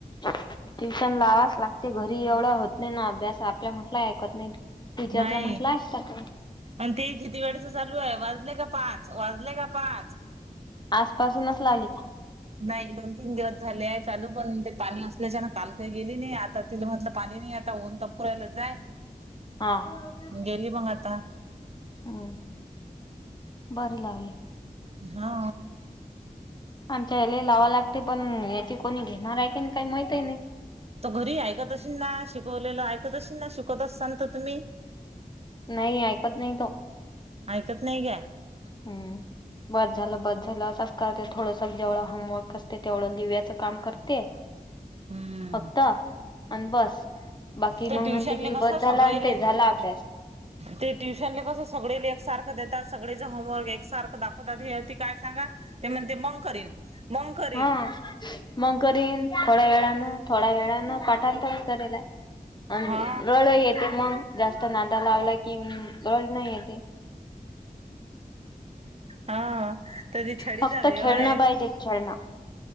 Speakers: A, on the left (about 30°); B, on the right (about 45°).
A: ट्युशन लावाच लागते घरी एवढं होत नाही ना अभ्यास आपल्या म्हटलं ऐकत नाही. टिचरच्या
B: नाही.
A: म्हणाल आयकता काय.
B: आणि ते किती वेळेच चालू आहे वाजले का पाच वाजले का पाच
A: आजपासूनच लावली.
B: नाही दोन तीन दिवस झाले आहे चालू पण ते पाणी असत ति जनं काल काही गेली नाही आता तिला म्हटलं पाणी नाही आता ऊनता फुरायला जाय
A: हा
B: गेली मग आता
A: हू बरी लावली
B: हा
A: आमच्या ह्यालाही लावायला लागते पण याची कोणी घेणार आहे की नाही काही माहितही नाही
B: तो घरी ऐकत असशीन ना शिकवलेलं ऐकत असशीन ना शिकवत असतान तर तुम्ही
A: नाही ऐकत नाही तो
B: ऐकत नाही घ्या
A: हू बस झालं बस झालं असंच करते थोडस जेवढा होमवर्क असते तेवढं लिव्याचं काम करते
B: हम्म
A: फक्त आणि बस बाकी
B: ते
A: मग
B: ट्युशनले
A: म्हणते की
B: कसं
A: बस झाला
B: सगळेले
A: अन् ते झाला अभ्यास
B: ते ट्युशनले कस सगळीले एकसारखं देतात सगळीचं होमवर्क एकसारखं दाखव हेती काय सांगा ते म्हणते मग करीन मग करीन
A: हा मग करीन थोड्या वेळानं थोड्या वेळानं पाठांतरच करीलाय अ
B: हा
A: रड येते मग जास्त नादा लावला की रडन येते
B: हा तरी छडीचा
A: फक्त
B: भेवा
A: खेळणं
B: आहे
A: पाहिजे खेळणं